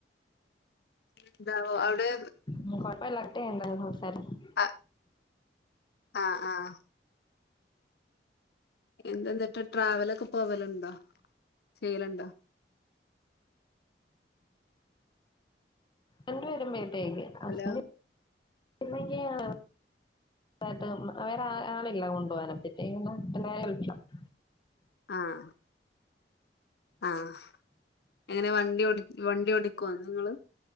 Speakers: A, on the left; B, on the left.
A: എന്താ വോ അവടെ
B: ഉം കൊഴപ്പല്ലാട്ടെ എന്താ ഹോസ്റ്റല് <unintelligible>
A: ആഹ ആഹ് ആഹ് എന്താ ന്ന്ട്ട് ട്രാവലൊക്കെ പോവലുണ്ടോ ചെയ്യലുണ്ടോ
B: എൻറെയൊരു മെയിൻ ബാഗ് ഹസ്ബൻഡ്
A: ഹലോ
B: <unintelligible> <unintelligible>
A: ആഹ് ആഹ് എങ്ങനെ വണ്ടി വണ്ടി ഓടിക്കുമോ നിങ്ങള്